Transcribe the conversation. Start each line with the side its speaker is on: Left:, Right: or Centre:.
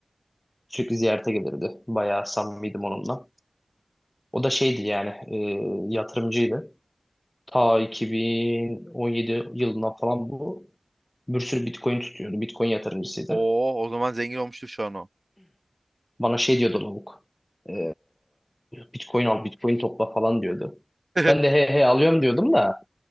Left: sürekli ziyarete gelirdi. Bayağı samimiydim onunla. O da şeydi yani e, yatırımcıydı. Ta 2017 yılından falan bu. Bir sürü Bitcoin tutuyordu. Bitcoin yatırımcısıydı.
Right: Oo o zaman zengin olmuştur şu an o.
Left: Bana şey diyordu lavuk. Ee, Bitcoin al, Bitcoin topla falan diyordu.
Right: <laughs>
Left: Ben de he he alıyorum diyordum da